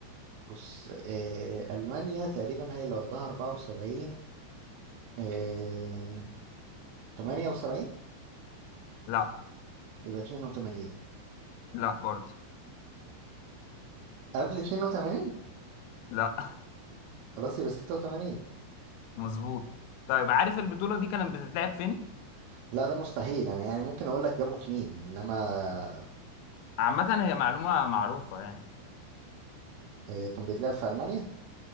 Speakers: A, on the right (about 80°); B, on the left (about 85°).
A: بص آه المانيا تقريبا هي اللي واخدها 74 آه 78
B: لا
A: يبقى 82
B: لا برضه
A: قبل 82
B: لا
A: خلاص يبقى 86
B: <laughs> مظبوط طيب عارف البطولة دي كانت بتتلعب فين
A: لا ده مستحيل انا يعني ممكن اقول لك جابوا في مين انما
B: عامة هي معلومة معروفة يعني
A: إيه، كان بيتلعب في ألمانيا